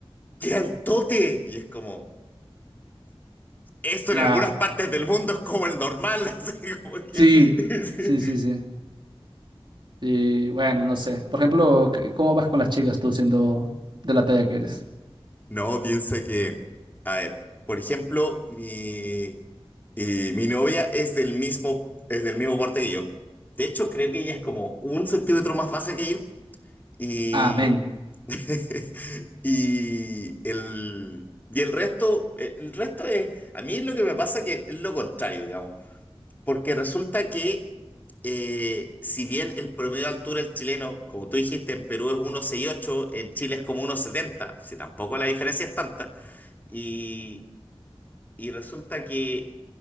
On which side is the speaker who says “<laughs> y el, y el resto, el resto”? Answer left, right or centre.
Left